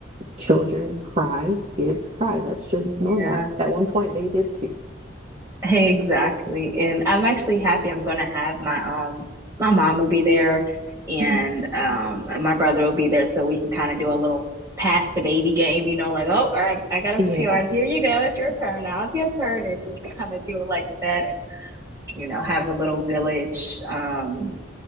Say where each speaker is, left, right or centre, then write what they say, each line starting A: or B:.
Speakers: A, on the right; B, on the right.
A: children cry, kids cry. That's just
B: Yeah.
A: normal. At one point they did
B: Exactly. And I'm actually happy I'm gonna have my um my mom will be there and
A: too.
B: um and my brother will be there so we can kind of do a little pass the baby game, you know, like, oh, all right, I got up
A: Yeah.
B: a few hours. Here you go. It's your turn now. It's your turn and just kind of do it like that and you know, have a little village. Um